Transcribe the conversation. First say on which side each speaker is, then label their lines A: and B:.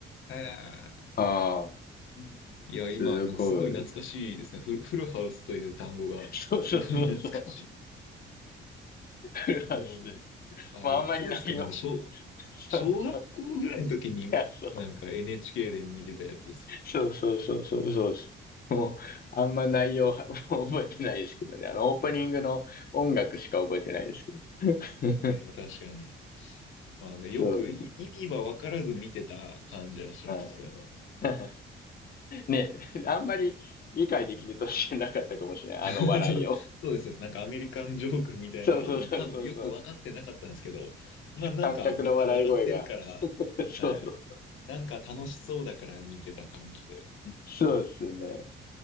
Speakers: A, on the left; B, on the left.
A: へえ。
B: ああ、
A: いや、
B: すごい。
A: 今、なんかすごい懐かしいですね。フル、フルハウスという単語が、
B: そうそうそうそう。
A: すごい懐かし
B: フランス。
A: い。もう、あ、
B: まあ、
A: いつですかなんか、
B: あんまりないよ。
A: 小、小学校ぐらいの時に、
B: そうそう。いや、そう。
A: なんか NHK で見てたやつですよ
B: そうそうそうそうそうです。もう、あんま内容は、もう覚えてないですけどね。あの、オープニングの音楽しか覚えてないですけど。<laughs>
A: うん、確かに。まあね、
B: そう。
A: よくい意味は分からず見てた感じはしますけどね。
B: うん。<laughs> ねえ、あんまり理解できる年じゃなかったかもしれない。
A: <laughs>
B: あの笑いを。
A: そうそうです。なんかアメリカンジョークみたいなのは多分よく分かってなかったんですけど、
B: そうそうそうそうそう。
A: まあなんかみんな笑ってるから、
B: 観客の笑い声が。<laughs> そうそう。
A: はい。なんか楽しそうだから見てた感じで。
B: そうですね。
A: はい。